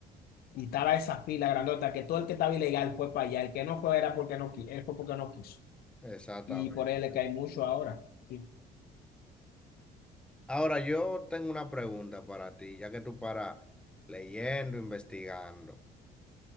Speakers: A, on the left; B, in the centre.
A: Y estaba esa fila grandota, que todo el que estaba ilegal fue para allá, el que no fue era porque no quiso, fue porque no quiso.
B: exactamente.
A: Y por él es que hay mucho ahora. ¿Y
B: Ahora yo tengo una pregunta para ti, ya que tú paras leyendo, investigando.